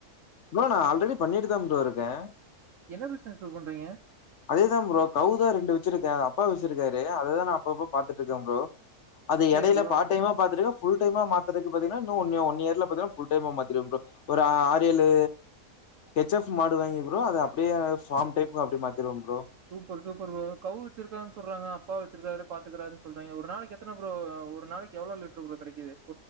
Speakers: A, on the left; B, on the right.
A: ப்ரோ நா ஆல்ரெடி பண்ணிட்டு தா ப்ரோ இருக்கே
B: என்ன பிஸ்னஸ் ப்ரோ பண்றீங்க
A: அதே தா ப்ரோ கௌ தா ரெண்டு வெச்சிருக்கே அப்பா வெச்சிருக்காரு அத தா நா அப்பப்ப பாத்துட்ருக்கே ப்ரோ அது
B: சரி
A: எடைல
B: ப்ரோ.
A: பார்டைமா பாத்துட்ருக்கே ஃபுல் டைமா மாத்தறக்கு பாத்திங்கனா இன்னு ஒன்னே ஒன் இயர்ல பாத்தனா ஃபுல்டைமா மாத்திருவே ப்ரோ ஒரு ஆறு ஏழு ஹெச் எஃப் மாடு வாங்கி ப்ரோ அத அப்டியே ஃபார்ம் டைப்ல அப்டி மாத் <unintelligible>
B: சூப்பர் சூப்பர் ப்ரோ கௌ வெச்சிருக்கா சொல்றாங்க அப்பா வெச்சிருக்காரு பாத்துக்கறாருனு சொல்றாய்ங்க ஒரு நாளைக்கு எத்தன ப்ரோ ஒரு நாளைக்கு எவ்ளோ லிட்டர் ப்ரோ கெடைக்குது